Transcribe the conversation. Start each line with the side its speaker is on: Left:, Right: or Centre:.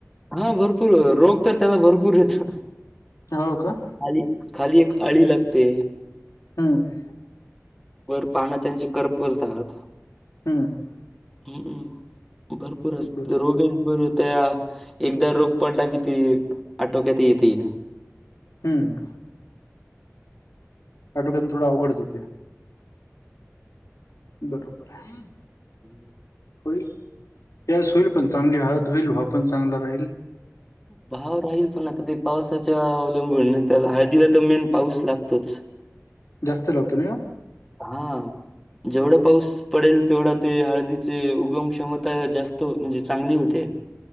Centre: हा भरपूर रोग तर, त्याला भरपूर येतो.
Left: हो का,
Centre: खाली खाली एक अळी लागते.
Left: हं..
Centre: वर पानं त्यांची करपलतात.
Left: हम्म.
Centre: हम्म, भरपूर असत
Left: बर
Centre: रोगच भर होत्या या. एकदा रोख पडला कि ते, आटोक्यात येतही नाही.
Left: हम्म. काटोकन थोडं आवघड होतंय. बरोबर आहे.
Centre: हम्म.
Left: होईल, यस होईल पण चांगली हळद होईल, भाव पण चांगला राहील.
Centre: भाव राहील पण आता ते पावसाच्या अवलंबून त्या हळदीला तर मेन पाऊस लागतोच.
Left: जास्त लागतो नाही ओ.
Centre: हा जेवढं पाऊस पडेल तेवढा ते हळदीचे उगम क्षमता जास्त म्हणजे चांगली होते.